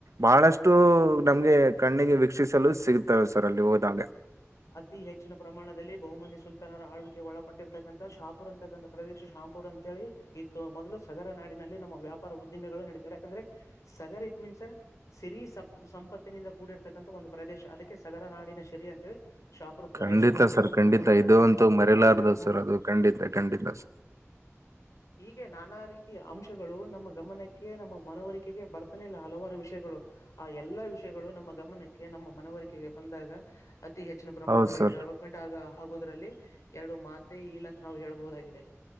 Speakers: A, on the right (about 75°); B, on the left (about 90°).
A: ಬಹಳಷ್ಟು ನಮಗೆ ಕಣ್ಣಿಗೆ ವಕ್ಷಿಸಲು ಸಿಗ್ತಾರೆ ಸರ್ ಅಲ್ಲಿ ಹೋದಾಗ
B: ಅತಿ ಹೆಚ್ಚಿನ ಪ್ರಮಾಣದಲ್ಲಿ ಬಹುಮನಿ ಸುಲ್ತಾನರ ಆಳ್ವಿಕೆ ಒಳಪಟ್ಟಿರ್ತಕ್ಕಂಥ ಶಾಪುರ್ ಅಂತಕ್ಕಂಥ ಪ್ರದೇಶ ರಾಂಪುರ್ ಅಂತೇಳಿ ಇತ್ತು ಮೊದಲು ಸಗರ ನಾಡಿನಲ್ಲಿ ನಮ್ಮ ವ್ಯಾಪಾರ ಉದ್ದಿಮೆಗಳು ನಡತಾರೆ ಯಾಕಂದ್ರೆ ಸಗರ ಮೀನ್ಸ ಸಿರಿ ಸಂಪತ್ತಿನಿಂದ ಕೂಡಿರ್ತಕ್ಕಂಥ ಒಂದು ಪ್ರದೇಶ ಅದಕ್ಕೆ ಸಗರ ನಾಡಿನ ಸಿರಿ ಅಂತೇಳಿ ಶಾಪುರ್ ಪ್ರದೇಶವನ್ನು
A: ಖಂಡಿತ ಸರ್
B: ಕೂಡ
A: ಖಂಡಿತ
B: ಕರೀತಾರೆ
A: ಇದು ಅಂತೂ ಮರೆಯಲಾರ್ದವ್
B: ಹಾ
A: ಸರ್ ಅದು ಖಂಡಿತ ಖಂಡಿತ
B: <inaudible> ಹೀಗೆ ನಾನಾ ರೀತಿಯ ಅಂಶಗಳು ನಮ್ಮ ಗಮನಕ್ಕೆ ನಮ್ಮ ಮನವರಿಕೆಗೆ ಬರ್ತಾನೆ ಇಲ್ಲ ಹಲವಾರು ವಿಷಯಗಳು ಆ ಎಲ್ಲಾ ವಿಷಯಗಳು ನಮ್ಮ ಗಮನಕ್ಕೆ ನಮ್ಮ ಮನವರಿಕೆಗೆ ಬಂದಾಗ ಅತಿ ಹೆಚ್ಚಿನ ಪ್ರಮಾಣದಲ್ಲಿ
A: ಹೌದ್ ಸರ್
B: ಡೆವಲಪ್ಮೆಂಟ್ ಆಗ ಆಗೋುದ್ರಲ್ಲಿ ಎರಡು ಮಾತೆ ಈ ಲಕ ನಾವು ಹೇಳ್ಬಹುದಾಗಿದೆ